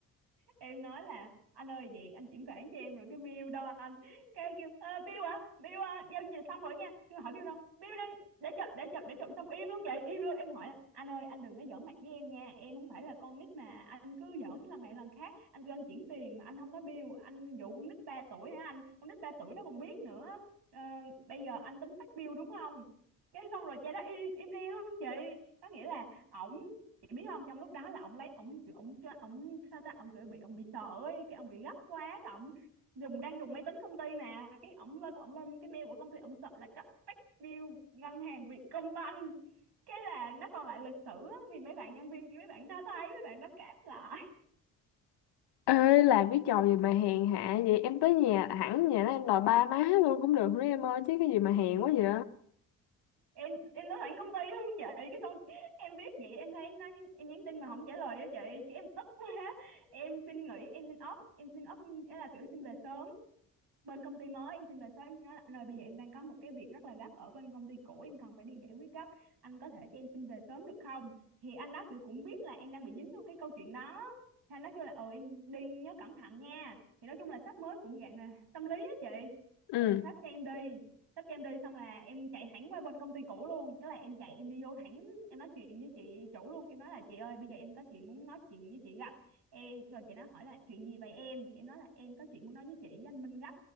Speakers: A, on the right; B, on the left.
A: em nói là anh ơi vậy anh chuyển khoản cho em rồi cái bill đâu anh cái kêu "Ờ, bill hả bill à, giao dịch xong rồi nha kêu hỏi bill đâu bill đang để chụp để chụp để chụp xong im luôn chị im luôn em hỏi là, anh ơi anh đừng có giỡn mặt với em nha em không phải là con nít mà anh cứ giỡn lần này lần khác anh kêu anh chuyển tiền mà anh không có bill anh dụ con nít 3 tuổi hả anh con nít 3 tuổi nó còn biết nữa Ờ, bây giờ anh tính phát bill đúng không cái xong rồi cha đó im im đi luôn chị có nghĩa là ổng chị biết không trong lúc đó là ông lấy ông kiểu ông cho ông sao ta ông kiểu bị ông bị sợ ấy cái ông bị gấp quá cái ông dùng đang dùng máy tính công ty mà cái ông lên ông lên cái mail của công ty ông sợ là cấp phát bill ngân hàng Vietcombank cái là nó còn lại lịch sử á, thì mấy bạn nhân viên kia mấy bạn đã thấy mấy bạn đã cáp lại
B: ê làm cái trò gì mà hèn hạ vậy em tới nhà hẳn nhà nó em đòi ba má luôn cũng được nữa em ơi chứ cái gì mà hèn quá vậy
A: em em đã sẵn công ty luôn chị cái xong em biết vậy em thấy nó nhắn, em nhắn tin mà không trả lời á chị cái em tức quá em xin nghỉ em xin off em xin off là kiểu xin về sớm bên công ty mới em xin về sớm em nói anh ơi bây giờ em đang có một cái việc rất là gấp ở bên công ty cũ em cần phải đi giải quyết gấp anh có thể cho em xin về sớm được không thì anh đó kiểu cũng biết là em đang bị dính vô cái câu chuyện đó thì anh đó kêu là ừ em đi nhớ cẩn thận nha thì nói chung là sếp mới cũng dạng là tâm lý á chị
B: ừ
A: thì sếp cho em đi sếp cho em đi xong là em chạy thẳng qua bên công ty cũ luôn tức là em chạy em đi vô thẳng em nói chuyện với chị chủ luôn em nói là chị ơi bây giờ em có chuyện muốn nói chuyện với chị gấp em rồi chị nó hỏi là chuyện gì vậy em thì em nói là em có chuyện muốn nói với chị với anh Minh gấp